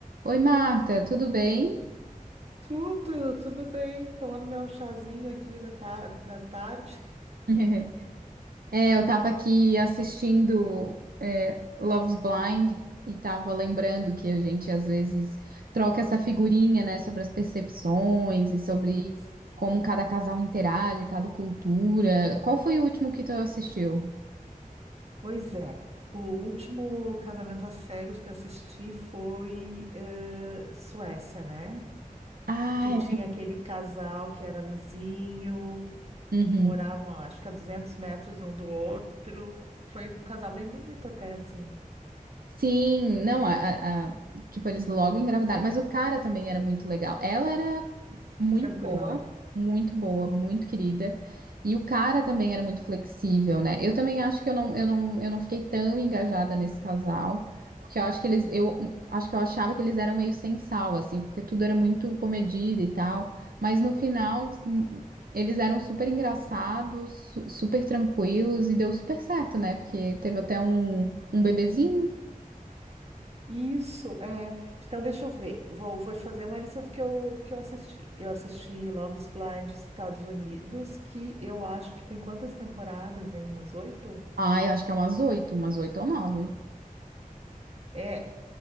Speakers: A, on the right; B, on the right.
A: Oi, Marta, tudo bem?
B: Tudo, tudo bem. Tomando meu chazinho aqui da, ta- da tarde.
A: <laughs> É, eu tava aqui assistindo é, Love's Blind e tava lembrando que a gente às vezes troca essa figurinha, né, sobre as percepções e sobre
B: Isso.
A: como cada casal interage, cada cultura. Qual foi o último que tu assistiu?
B: Pois é, o último casamento às cegas que eu assisti foi eh, Suécia, né?
A: Ah,
B: Que tinha aquele casal que era vizinho,
A: é.
B: que moravam, acho que a 200 metros um do outro. Foi um casal bem bonito até, assim,
A: Sim, não, a, a- a- tipo, eles logo engravidaram, mas o cara também era muito legal. Ela era muito
B: tranquilão,
A: boa,
B: né?
A: muito boa, muito querida. E o cara também era muito flexível, né? Eu também acho que eu não, eu não, eu não fiquei tão engajada nesse casal, porque eu acho que eles, eu acho que eu achava que eles eram meio sem sal, assim, porque tudo era muito comedido e tal. Mas no final, hum, eles eram super engraçados, su- super tranquilos e deu super certo, né? Porque teve até um, um bebezinho.
B: Isso, é. Então, deixa eu ver. Vou, vou te fazer uma lista do que eu, do que eu assisti. Eu assisti Love is Blind dos Estados Unidos, que eu acho que tem quantas temporadas, hein? Umas oito?
A: Ah, eu acho que é umas oito, umas oito ou nove.
B: É,